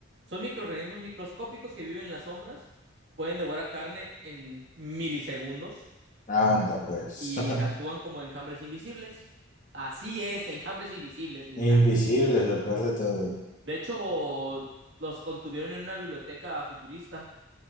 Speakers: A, on the right; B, on the left.
A: Son microorganismos microscópicos que viven en las sombras. Pueden devorar carne en milisegundos
B: anda pues.
A: y actúan
B: <laughs>
A: como enjambres invisibles. Así es, enjambres invisibles, Misa.
B: Invisible es lo peor de todo.
A: De hecho, los contuvieron en una biblioteca futurista